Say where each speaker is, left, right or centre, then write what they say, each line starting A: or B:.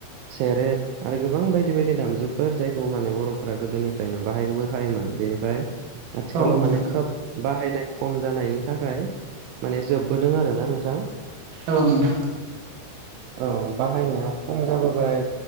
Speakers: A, on the right; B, on the right.
A: सेरेट आरो गोबां बायदि बायदि दामजुफोर जायखौ माने बर'फोरा गोदोनिफ्रायनो बाहायबोखायोमोन बेनिफ्राय आथिखालाव
B: औ नोंथां
A: माने खप बाहायनाय खम जानायनि थाखाय माने जोबबोदों आर ना नोंथाङा।
B: औ नोंथां
A: औ बाहायनाया खम जाबोबाय